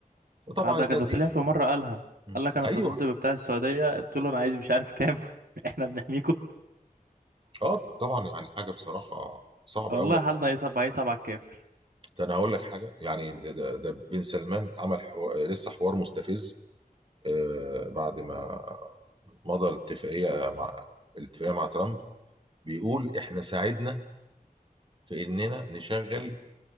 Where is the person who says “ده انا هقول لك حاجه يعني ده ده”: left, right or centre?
Right